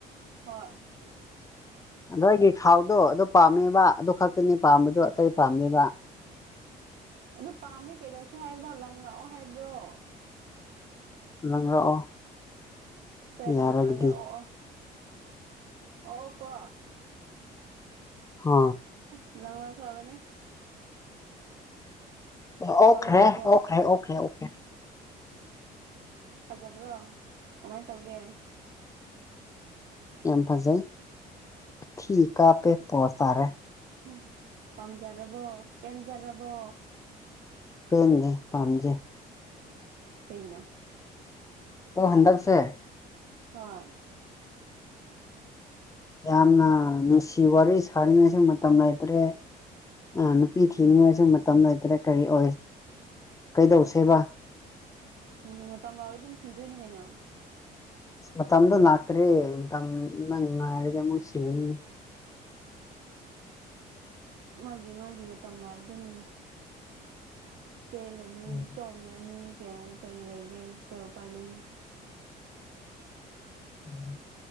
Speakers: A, on the right (about 70°); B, on the left (about 20°).
A: ꯍꯣꯏ
B: ꯑꯗ ꯑꯩꯒꯤ ꯈꯥꯎꯗꯣ ꯑꯗꯨ ꯄꯥꯝꯃꯦꯕ ꯑꯗꯨ ꯈꯛꯇꯅꯤ ꯄꯥꯝꯕꯗꯣ ꯑꯇꯩ ꯄꯥꯝꯅꯦꯕ
A: ꯑꯗꯨ ꯄꯥꯝꯃꯤ ꯀꯩꯗꯧꯁꯤ ꯍꯥꯏꯕ꯭ꯔꯣ ꯂꯪ ꯂꯛꯑꯣ ꯍꯥꯏꯕ꯭ꯔꯣ
B: ꯂꯪꯔꯛꯑꯣ
A: ꯁꯦ
B: ꯌꯥꯔꯒꯗꯤ
A: ꯂꯪꯅꯔꯒꯦ ꯑꯣ ꯑꯣ ꯑꯣ ꯀꯣ
B: ꯑ
A: ꯂꯪꯃ ꯈ꯭ꯔꯕꯅꯦ
B: ꯑꯣꯈ꯭ꯔꯦ
A: ꯐꯪꯗ꯭ꯔꯕꯣ
B: ꯑꯣꯈ꯭ꯔꯦ ꯑꯣꯈ꯭ꯔꯦ ꯑꯣꯦ
A: ꯐꯖꯕ꯭ꯔꯣ ꯀꯃꯥꯏꯅ ꯇꯧꯒꯦ
B: ꯌꯥꯝ ꯐꯁꯩ ꯊ ꯀꯄꯦ ꯄꯔ ꯇꯥꯔꯦ
A: ꯎ ꯄꯥꯝꯖꯔꯕꯣ ꯄꯦꯟꯖꯔꯕꯣ
B: ꯄꯦꯟꯟꯅꯦ ꯄꯥꯝꯖꯩ
A: ꯀꯩꯒꯤꯅꯣ
B: ꯑꯣ ꯍꯟꯗꯛꯁꯦ
A: ꯍꯣꯏ
B: ꯌꯥꯝꯅ ꯅꯨꯡꯁꯤ ꯋꯥꯔꯤ ꯁꯥꯔꯤꯉꯩꯁꯨ ꯃꯇꯝ ꯂꯩꯇ꯭ꯔꯦ ꯑꯥ ꯅꯨꯄꯤ ꯊꯤꯅꯤ ꯑꯣꯏꯔꯁꯨ ꯃꯇꯝ ꯂꯇ꯭ꯔꯦ ꯀꯔꯤ ꯑꯣꯏ ꯀꯩꯗꯧꯁꯦꯕ
A: ꯈꯪꯗꯦ ꯃꯇꯝ ꯂꯥꯎꯔ ꯑꯗꯨꯝ ꯊꯤꯗꯣꯏꯅꯦ ꯀꯩꯅꯣ
B: ꯑꯁ ꯃꯇꯝꯗꯣ ꯉꯥꯛꯇ꯭ꯔꯦ ꯃꯇꯝꯅꯪ ꯉꯥꯏꯔꯗꯤ ꯑꯃꯨꯛ ꯁꯤꯉꯅꯤ <inaudible>
A: ꯃꯥꯒꯤ ꯃꯥꯒꯤ ꯃꯇꯝ ꯂꯅꯥꯔ ꯑꯗꯨꯝ ꯆꯦꯜꯂꯅꯤ
B: ꯎꯝ
A: ꯆꯣꯡꯡꯂꯅꯤ ꯀꯩꯅꯣ ꯀꯩ ꯂꯩꯒꯦ ꯀꯩ ꯎꯄꯥꯏ ꯂꯩ
B: ꯎꯝ